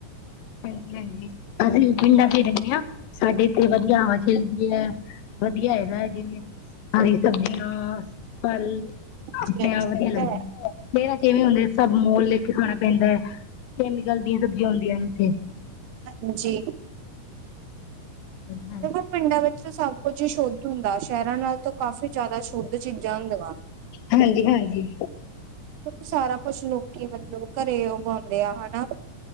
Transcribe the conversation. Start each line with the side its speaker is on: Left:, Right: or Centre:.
Left: ਹਾਂਜੀ-ਹਾਂਜੀ ਅਸੀਂ ਪਿੰਡਾਂ ਤੇ ਰਹਿੰਦੇ ਹਾਂ ਸਾਡੇ ਇਥੇ ਵਧੀਆ ਹਵਾ ਚਲਦੀ ਹੈ। ਵਧੀਆ ਹੈਗੈ ਜਿਵੇਂ ਹਰੀ ਸਬਜ਼ੀਆਂ ਕੱਲ
Right: ਹਾਂਜੀ
Left: ਆਪਣੇ
Right: ਹਾਂਜੀ
Left: ਆਪ ਵਧੀਆ ਲੱਗਦਾ।
Right: ਹੈ
Left: ਹੁੰਦੇ ਸਭ ਮੋਲ ਲੈ ਕੇ ਖਾਣਾ ਪੈਂਦਾ ਹੈ ਕੈਮੀਕਲ ਦੀਆਂ ਸਬਜ਼ੀਆਂ ਹੁੰਦੀਆਂ ਨੇ। <unintelligible>
Right: ਹਾਂਜੀ
Left: ਹਾਂ
Right: ਦੇਖੋ ਪਿੰਡਾਂ ਵਿੱਚ ਤੇ ਸਭ ਕੁਝ ਹੀ ਸ਼ੁੱਧ ਹੁੰਦਾ ਸ਼ਹਿਰਾਂ ਨਾਲ ਤਾਂ ਕਾਫ਼ੀ ਜ਼ਿਆਦਾ ਸ਼ੁੱਧ ਚੀਜ਼ਾਂ ਹੁੰਦੀਆਂ।
Left: ਹਾਂਜੀ-ਹਾਂਜੀ।
Right: ਕਿਉਂਕਿ ਸਾਰਾ ਕੁਛ ਲੋਕੀ ਮਤਲਬ। ਘਰੇ ਉਗਾਉਂਦੇ ਆ ਹਨਾ,